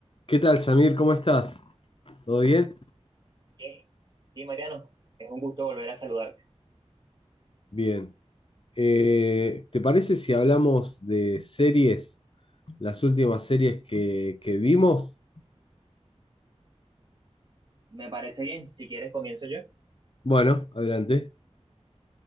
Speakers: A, on the left (about 50°); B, on the right (about 40°).
A: ¿Qué tal, Samir? ¿Cómo estás? ¿Todo bien?
B: Bien. Sí, Mariano, es un gusto volver a saludarte.
A: Bien. Eh, ¿te parece si hablamos de series, las últimas series que, que vimos?
B: Me parece bien, si quieres comienzo yo.
A: Bueno, adelante.